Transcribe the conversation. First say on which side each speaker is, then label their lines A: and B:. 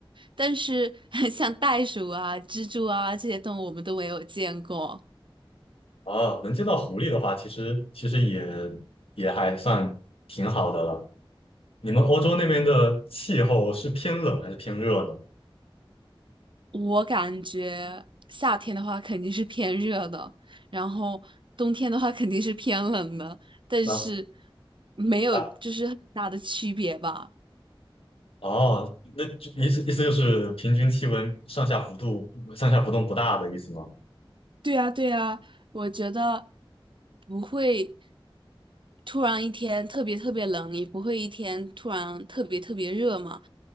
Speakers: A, on the right (about 60°); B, on the left (about 85°).
A: 但是 <laughs> 像袋鼠啊、蜘蛛啊这些动物，我们都没有见过。
B: 啊，能见到狐狸的话，其实其实也也还算挺好的了。你们欧洲那边的气候是偏冷还是偏热呢？
A: 我感觉夏天的话肯定是偏热的，然后冬天的话肯定是偏冷的，但是
B: 那
A: 没有就是很大的区别吧。
B: 大哦，那就意思意思就是平均气温上下幅度上下浮动不大的意思吗？
A: 对呀，对呀，我觉得不会突然一天特别特别冷，也不会一天突然特别特别热嘛。